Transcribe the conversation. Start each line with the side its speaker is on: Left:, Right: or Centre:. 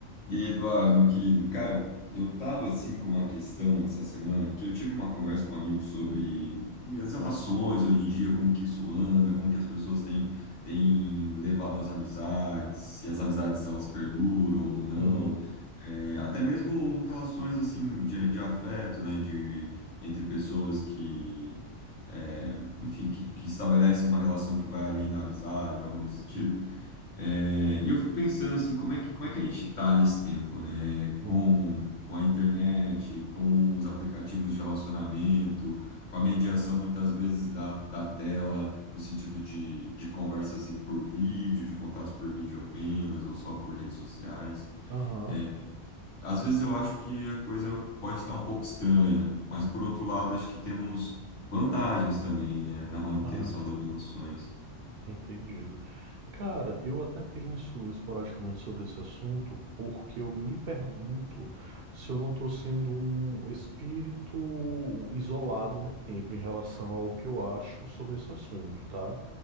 Left: E aí, Eduardo, meu querido, cara, eu tava assim com uma questão essa semana, porque eu tive uma conversa com um amigo sobre e as relações hoje em dia, como que isso anda, como que as pessoas têm, têm levado as amizades, se as amizades elas perduram ou não,
Right: Uhum,
Left: É, até mesmo relações assim de, de afeto, né, de entre pessoas que, é, enfim, que, que estabelecem uma relação que vai além da amizade, algo nesse sentido. É, e eu fico pensando assim, como é que, como é que a gente está nesse tempo, né?
Right: uhum.
Left: Com, com a internet, com os aplicativos de relacionamento, com a mediação muitas vezes da, da tela, no sentido de, de conversas em- por vídeo, de contatos por vídeo apenas, ou só por redes sociais.
Right: Aham,
Left: É, às vezes eu acho que a coisa pode estar um pouco estranha, mas por outro lado, acho que temos vantagens também, né? Na manutenção
Right: aham,
Left: das relações.
Right: entendido. Cara, eu até penso esporadicamente sobre esse assunto porque eu me pergunto se eu não estou sendo um espírito isolado no tempo em relação ao que eu acho sobre esse assunto, tá?